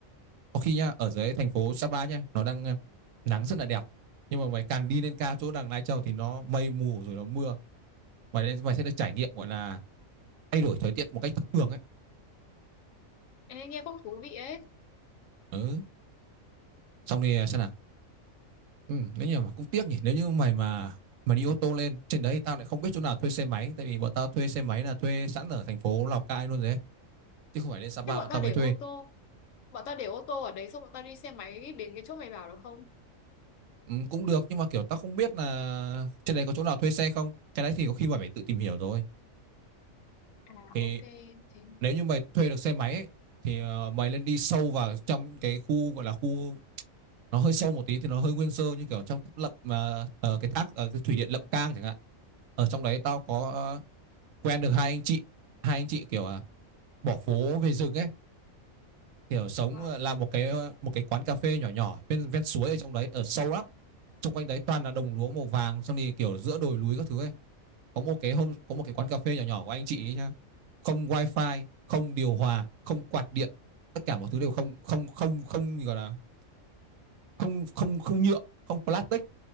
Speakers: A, on the right; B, on the left.
A: có khi nhá ở dưới thành phố Sapa nhá nó đang ờ, nắng rất là đẹp nhưng mà mày càng đi lên cao chỗ đằng Lai Châu thì nó mây mù rồi nó mưa mày mày sẽ được trải nghiệm gọi là thay đổi thời tiết một cách thất thường ấy
B: Em nghe cũng thú vị ấy.
A: ừ xong thì xem nào ừ nếu như mà cũng tiếc nhỉ nếu như mày mà mà đi ô tô lên trên đấy thì tao lại không biết chỗ nào thuê xe máy tại vì bọn tao thuê xe máy là thuê sẵn ở thành phố Lào Cai luôn rồi chứ không phải lên Sapa
B: Thế bọn
A: bọn
B: ta
A: tao
B: để
A: mới thuê
B: ô tô. Bọn ta để ô tô ở đấy xong bọn ta đi xe máy đến cái chỗ mày bảo được không?
A: Ừ, cũng được nhưng mà kiểu tao không biết là trên đấy có chỗ nào thuê xe không cái đấy thì có khi mày phải tự tìm hiểu rồi
B: À
A: thì
B: ok. Thế.
A: nếu như mày thuê được xe máy ấy, thì ờ, mày nên đi sâu vào trong cái khu gọi là khu nó hơi sâu một tí thì nó hơi nguyên sơ như kiểu trong lậm mà ờ, cái thác ờ, cái thủy điện Lậm Cang chẳng hạn ở trong đấy tao có ờ, quen được hai anh chị hai anh chị kiểu à, bỏ phố về rừng ấy kiểu sống
B: Wow.
A: ờ, làm một cái ờ, một cái quán cà phê nhỏ nhỏ ven ven suối ở trong đấy ở sâu lắm xung quanh đấy toàn là đồng lúa màu vàng xong thì kiểu giữa đồi núi các thứ ấy có một cái hôm có một cái quán cà phê nhỏ nhỏ của anh chị ấy nhá không wifi không điều hòa không quạt điện tất cả mọi thứ đều không không không không gọi là không không không nhựa không plastic